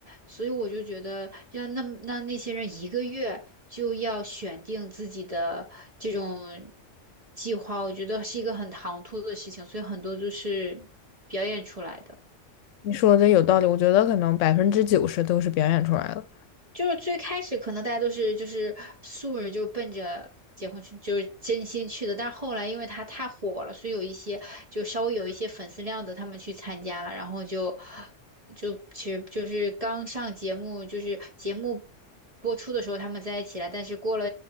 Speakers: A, on the right; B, on the left.
A: 所以我就觉得，让那那那些人一个月就要选定自己的这种计划，我觉得是一个很唐突的事情，所以很多就是表演出来的。
B: 你说的有道理。我觉得可能百分之九十都是表演出来的。
A: 就是最开始可能大家都是就是素人，就是奔着结婚去，就是真心去的。但是后来因为他太火了，所以有一些就稍微有一些粉丝量的，他们去参加了，然后就就其实就是刚上节目，就是节目播出的时候他们在一起了，但是过了